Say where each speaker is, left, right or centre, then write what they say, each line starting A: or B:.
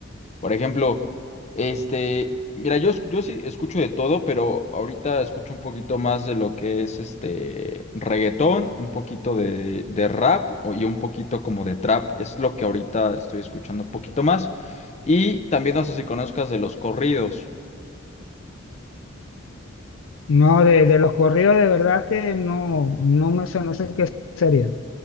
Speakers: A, on the left; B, on the left.
A: Por ejemplo, este, mira, yo, es- yo sí escucho de todo, pero ahorita escucho un poquito más de lo que es este reggaetón, un poquito de, de rap o- y un poquito como de trap. Es lo que ahorita estoy escuchando un poquito más. Y también no sé si conozcas de los corridos.
B: No, de, de los corridos de verdad que no, no me sé, no sé qué sería.